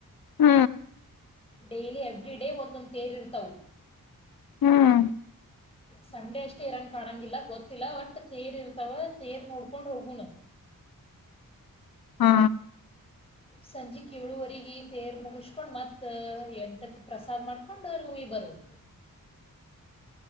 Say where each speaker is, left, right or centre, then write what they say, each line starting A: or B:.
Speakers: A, on the left (about 85°); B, on the left (about 15°).
A: ಹ್ಮ್
B: ಡೈಲಿ ಎವ್ರಿ ಡೇ ಒಂದೊಂದ ತೇರ್ ಇರ್ತವು
A: ಹ್ಮ್
B: ಸಂಡೆ ಅಷ್ಟೇ ಇರಂಗ ಕಾಣಂಗಿಲ್ಲ ಗೊತ್ತಿಲ್ಲ ವಟ್ ತೇರ್ ಇರ್ತವ ತೇರ್ ನೋಡ್ಕೊಂಡ್ ಹೋಗುಣ
A: ಹಾ
B: ಸಂಜೆ ಕ ಏಳುವರೆಗ ತೇರ್ ಮುಗಿಸ್ಕೊಂಡ್ ಮತ್ ಎಂಟಕ್ಕೆ ಪ್ರಸಾದ್ ಮಾಡ್ಕೊಂಡ್ ರೂಮಿ ಬರುದ